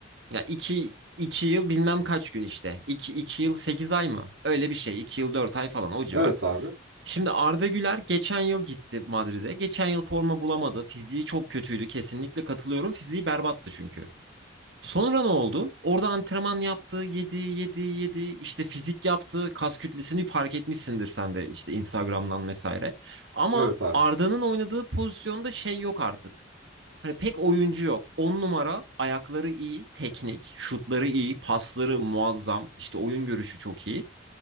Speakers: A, on the right; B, on the right.
A: Ya iki iki yıl bilmem kaç gün işte. 2 iki yıl 8 ay mı? Öyle bir şey. 2 yıl 4 ay falan o civar.
B: Evet abi.
A: Şimdi Arda Güler geçen yıl gitti Madrid'e. Geçen yıl forma bulamadı. Fiziği çok kötüydü. Kesinlikle katılıyorum. Fiziği berbattı çünkü. Sonra ne oldu? Orada antrenman yaptı, yedi, yedi, yedi. İşte fizik yaptı, kas kütlesini fark etmişsindir sen de işte Instagram'dan vesaire. Ama
B: Evet abi.
A: Arda'nın oynadığı pozisyonda şey yok artık. Hani pek oyuncu yok. 10 numara, ayakları iyi, teknik, şutları iyi, pasları muazzam, işte oyun görüşü çok iyi.